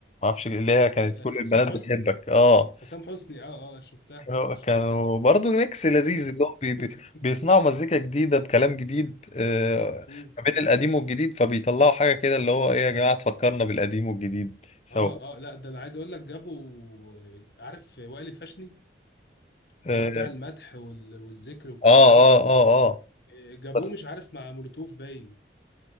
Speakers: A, on the left (about 35°); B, on the left (about 55°).
A: اعرفش اللي هي كانت
B: آه،
A: كل
B: حسام
A: البنات
B: حسني
A: بتحبك اه
B: حسام حسني اه اه شفتها
A: آه،
B: شفتها
A: كانوا برضه ميكس لذيذ اللي هو بي بي
B: <laughs>
A: بيصنعوا مزيكا جديدة بكلام جديد آه،
B: مم.
A: ما بين القديم والجديد فبيطلعوا حاجة كده اللي هو ايه يا جماعة تفكرنا بالقديم والجديد سوا
B: اه اه لا ده انا عايز اقول لك جابوا عارف وائل الفاشني
A: اه
B: اللي هو بتاع المدح وال- والذكر والكلام
A: اه
B: ده
A: اه اه آه.
B: آه، جابوه
A: بس
B: مش عارف مع مولوتوف باين